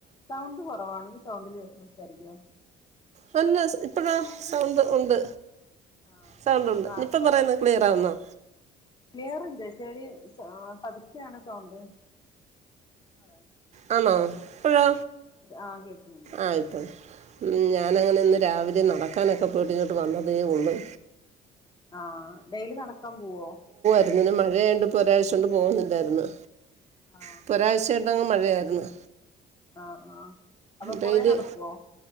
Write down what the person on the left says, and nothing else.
സൗണ്ട് കൊറവാണ് ഒന്ന് സൗണ്ടില് സംസാരിക്കോ
ആ
ആ
ക്ലിയർ ഉണ്ട് പക്ഷെര് പതുക്കെയാണ് സൗണ്ട് അതാ
ആ കേൾക്കുന്നുണ്ട്
ആഹ് ഡെയിലി നടക്കാൻ പോവോ
ആ
ആഹ് ആഹ് അപ്പൊ
കൊറേ നടക്കുവോ